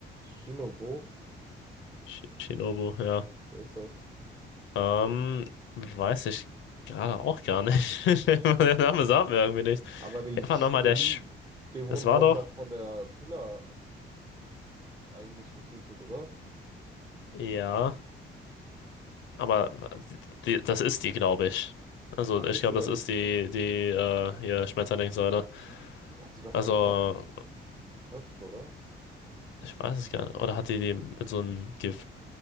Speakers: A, on the right; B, on the left.
A: Shinobu,
B: Sh Shinobu, ja.
A: wer ist das?
B: Ähm, weiß ich gerade auch gar nicht. <laughs> Der Name sagt mir irgendwie nichts.
A: Aber die
B: Wer war
A: Spinnendämonen
B: nochmal der Sch Das war
A: wurden
B: doch.
A: doch von der Pillar eigentlich getötet, oder?
B: Ja, aber die, das ist die, glaube ich. Also
A: Ach,
B: ich
A: ist
B: glaube,
A: sie das?
B: das ist die, die äh, hier Schmetterlingssäule.
A: Die hat sie doch
B: Also
A: einfach geköpft, oder?
B: ich weiß es gar nicht. Oder hat die die mit so einem Gift?